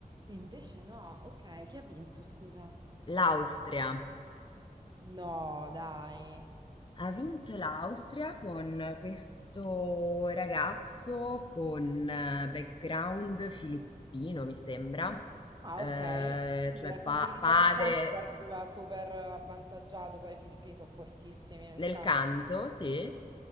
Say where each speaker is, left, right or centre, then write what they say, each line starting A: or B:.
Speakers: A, on the right (about 30°); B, on the left (about 35°).
A: Invece no, ok, chi ha vinto, scusa?
B: L'Austria.
A: No, dai.
B: Ha vinto l'Austria con questo ragazzo con eh, background filippino, mi sembra.
A: Ah,
B: Eh,
A: ok. Quindi
B: cioè
A: dal punto
B: pa-
A: di vista
B: padre
A: del canto partiva super avvantaggiato, poi i filippini sono fortissimi nel
B: Nel
A: canto.
B: canto, sì?